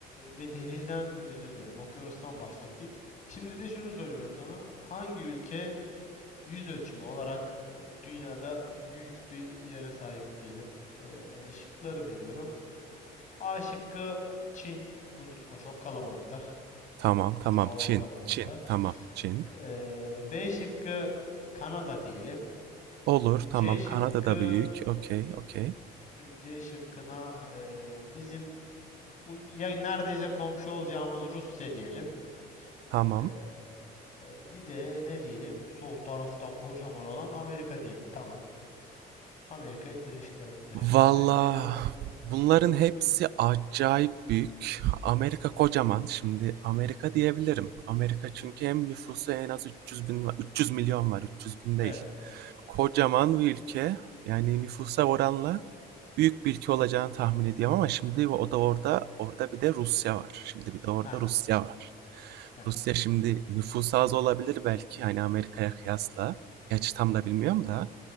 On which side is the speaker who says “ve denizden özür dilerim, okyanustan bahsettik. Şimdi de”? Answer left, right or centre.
Left